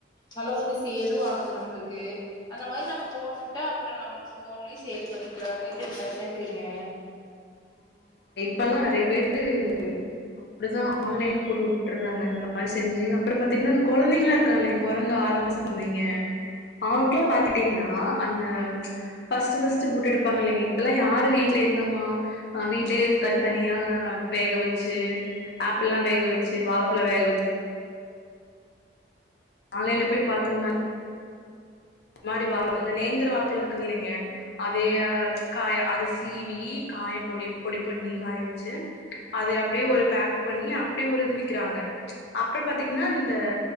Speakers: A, on the left; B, on the left.
A: நல்லா வந்து செலும் ஆகுது நம்மளுக்கு அந்த மாரி நா நம்ம போட்டு விட்டா அப்புறம் நம்மளுக்கு போன்லயும் சேல் பண்ணிக்கலாங்க இல்லிங்களா என்னங்குறீங்க
B: இப்பல்லா நெறைய பேரு அப்படிதா ஆன்லைன்ல போட்டு வுட்டுறாங்க இந்த மாரி செஞ்சு அப்புறம் பாத்தீங்கன்னா அந்த கொழதைங்களா இருக்காளங்க பொறந்து ஆறு ஒன்ற மாச பண்ணுவீங்க அவங்க பாத்துட்டீங்கன்னா அந்த பர்ஸ்ட் பர்ஸ்ட்டு பூட் எடுப்பாங்க இலைங்க இப்ப எல்லா யாரு வீட்ல என்னம்மா ஆ வீட்லயே தனித்தனியா வேக வச்சு ஆப்பில்லா வேக வச்சு வாழப்பலா வேக வச் ஆன்லைன்ல போய் பார்த்தம்னா இந்த மாரி நேந்திர வாழ பழம் இருக்குது இல்லைங்க அதய காய அது சீவி காய பொடி பொடி பண்ணி காய வச்சு அத அப்படியே ஒரு பேக் பண்ணி அப்படியே ஒரு விக்கிறாங்க அப்புறம் பாத்தீங்கன்னா இந்த